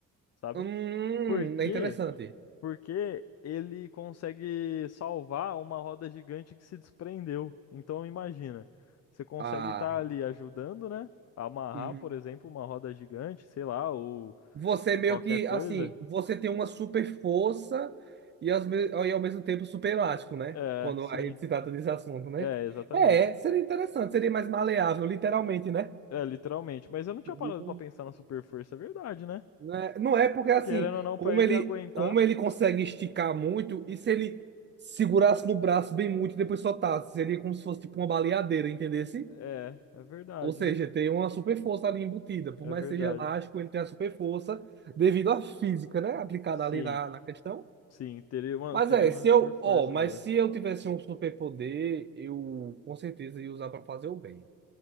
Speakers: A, on the left (about 55°); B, on the right (about 35°).
A: sabe?
B: Hum,
A: Por quê?
B: é interessante.
A: Porque ele consegue salvar uma roda gigante que se desprendeu. Então, imagina, você consegue
B: Ah.
A: estar ali ajudando, né? A amarrar,
B: hum.
A: por exemplo, uma roda gigante, sei lá, ou
B: você é meio
A: qualquer
B: que,
A: coisa.
B: assim, você tem uma super força e, aos me- e ao mesmo tempo super elástico, né?
A: É,
B: Quando
A: sim.
B: a gente se trata desse assunto, né?
A: É, exatamente.
B: É, seria interessante, seria mais maleável, literalmente, né?
A: É, literalmente. Mas eu não tinha
B: Literal-
A: parado pra pensar na super força, é verdade, né?
B: Né? Não é porque assim,
A: Querendo ou não,
B: como
A: pra ele
B: ele,
A: aguentar.
B: como ele consegue esticar muito, e se ele segurasse no braço bem muito e depois soltasse, seria como se fosse tipo uma baleadeira, entendesse?
A: É, é verdade.
B: Ou seja, tem uma super força ali embutida. Por
A: É
B: mais
A: verdade.
B: que seja elástico, ele tem a super força devido à física, né? Aplicada
A: Sim,
B: ali na, na questão.
A: sim, teria uma,
B: Mas
A: teria
B: é,
A: uma
B: se
A: super
B: eu,
A: força
B: ó, mas
A: mesmo.
B: se eu tivesse um superpoder, eu com certeza ia usar para fazer o bem.